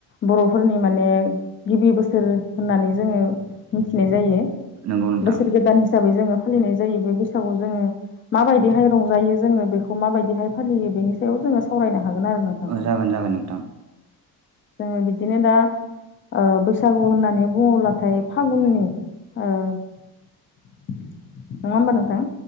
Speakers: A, on the left (about 35°); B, on the right (about 45°).
A: बर'फोरनि माने गिबि बोसोर होननानै जोङो मिथिनाय जायो
B: नंगौ नोंथां
A: बोसोर गोदान हिसाबै जोङो फालिनाय जायो बे बैसागु जोङो माबायदिहाय रंजायो जोङो बेखौ माबायदिहाय फालियो बेनि सायाव जोङो सावरायनो हागोन आरो नों
B: ओ जागोन जागोन नोंथां।
A: ओ बिदिनो दा ओ बैसागु होननानै बुङोब्लाथाय लाफागुननि ओ नङा होनबा नोंथां?